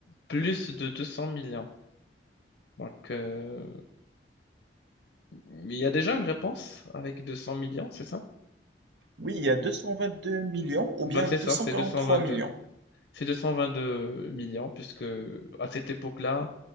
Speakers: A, on the left; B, on the right.
A: plus de 200 millions. Donc, euh, il y a déjà une réponse avec 200 millions, c'est ça?
B: Oui, il y a 222 millions, ou bien
A: Bah, c'est
B: deux
A: ça,
B: cent
A: c'est
B: quarante-trois
A: 222.
B: millions.
A: C'est 222 millions, puisque à cette époque-là,